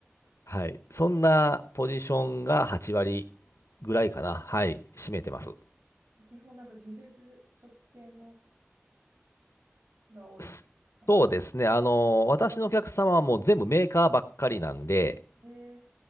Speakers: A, on the left (about 80°); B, on the right (about 75°).
A: はい。そんなポジションが8割ぐらいかな。はい。占めてます。
B: じゃあ基本、なんか技術職系のが多い感じ。
A: すそうですね。あの、私のお客様はもう全部メーカーばっかりなんで、
B: で、